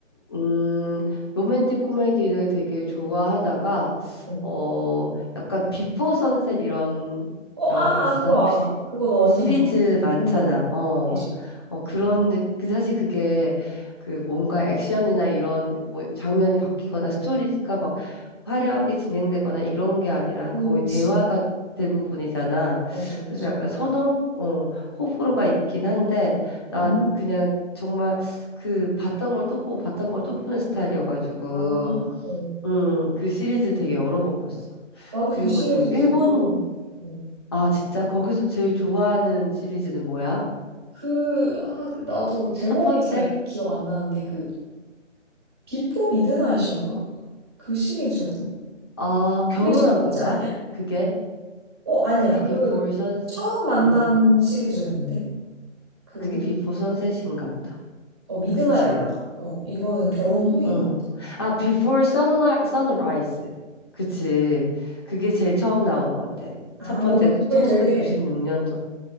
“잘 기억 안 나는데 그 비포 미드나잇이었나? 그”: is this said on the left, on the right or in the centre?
Right